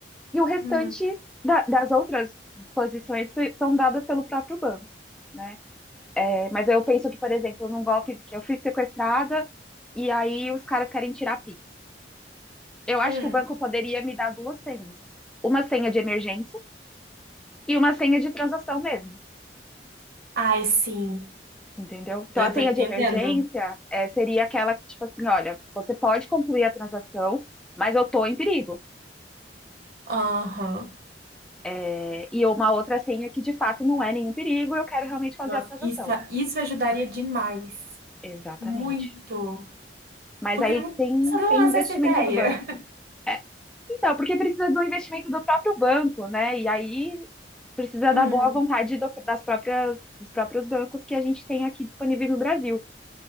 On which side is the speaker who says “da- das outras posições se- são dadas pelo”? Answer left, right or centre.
Centre